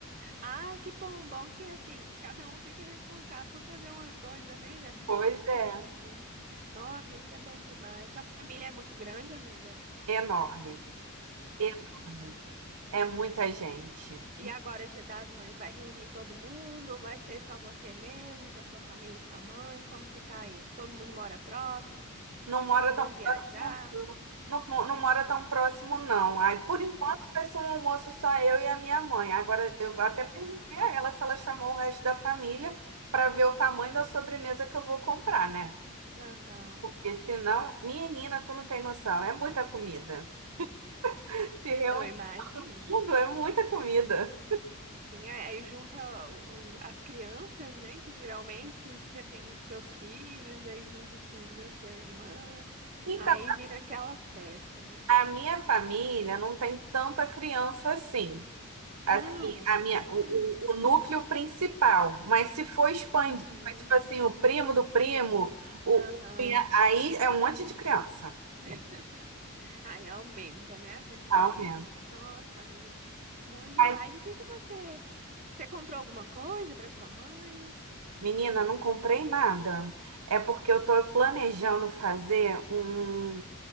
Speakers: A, on the right; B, on the right.
A: Ah, que bom, bom que assim, cada um fica responsável por fazer uma coisa, né? Já fica
B: Pois
A: tudo divididinho.
B: é,
A: Nossa, isso é bom demais. Sua família é muito grande, amiga?
B: enorme,
A: Nossa,
B: enorme.
A: é mu-
B: É muita gente.
A: E agora, Dia das Mães, vai reunir todo mundo ou vai ser só você mesmo, com a sua família e sua mãe? Como que tá aí? Todo mundo mora próximo?
B: Não mora
A: Vão
B: tão próximo,
A: viajar?
B: não. Não, mo- não mora tão próximo, não. Aí, por
A: Não.
B: enquanto, vai ser um almoço só eu e a minha mãe. Agora, eu até
A: Ah,
B: perguntei a ela se ela chamou o resto da família para ver o tamanho da sobremesa que eu vou comprar, né?
A: aham.
B: Porque senão, menina, tu não tem noção, é muita comida. <laughs> Se reúne
A: Eu imagino.
B: tudo, é muita comida.
A: Sim, aí aí junta o- o- as crianças, né? Que geralmente você tem os seus filhos, aí junta os filhos da sua irmã,
B: Então,
A: aí vira aquela festa, né?
B: a minha família não tem tanta criança assim.
A: Não!
B: Assim, a minha,
A: Ai,
B: o, o, o núcleo principal, mas se for expandir,
A: uhum,
B: for, tipo assim, o primo do primo, o,
A: aham.
B: aí é um monte de criança.
A: <laughs> Aí aumenta, né, a quantidade
B: Aumenta.
A: de crianças. Nossa, amiga, bom demais.
B: Mas,
A: E o que que você... Você comprou alguma coisa para sua mãe?
B: menina, não comprei nada. É porque eu tô planejando fazer um,